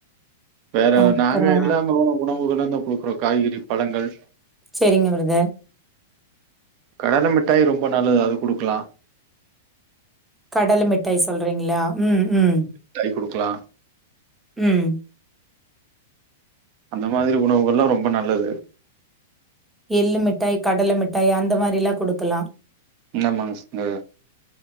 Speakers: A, on the right (about 45°); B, in the centre.
A: வேற
B: அப்றோ
A: நாங்க இல்லாமலான உணவுகள் தான் குடுக்குறோ காய்கறி பழங்கள்
B: சேரிங்க பிரதர்
A: கடலை மிட்டாய் ரொம்ப நல்லது அது குடுக்கலாம்
B: கடலை மிட்டாய் சொல்றீங்ளா ம் ம்
A: தை குடுக்லா
B: ம்
A: அந்த மாரி உணவுகள் எல்லா ரொம்ப நல்லது
B: எள்ளு மிட்டாய் கடலை மிட்டாய் அந்த மாரிலா குடுக்கலா
A: என்னா மனசுங்க